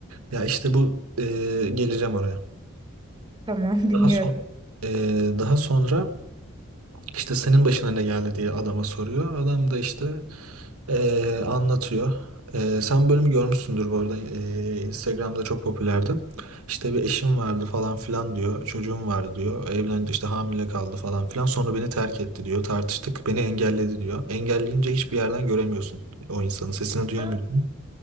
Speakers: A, on the right; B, on the right.
A: ya işte bu e, geleceğim oraya.
B: Tamam <laughs> dinliyorum.
A: Daha son e, daha sonra işte senin başına ne geldi diye adama soruyor. Adam da işte e, anlatıyor. E, sen bölümü görmüşsündür bu arada. E, Instagram'da çok popülerdi. İşte bir eşim vardı falan filan diyor. Çocuğum vardı diyor. Evlendi işte hamile kaldı falan filan. Sonra beni terk etti diyor. Tartıştık. Beni engelledi diyor. Engelleyince hiçbir yerden göremiyorsun o insanı. Sesini duyamıyorsun.
B: Aa,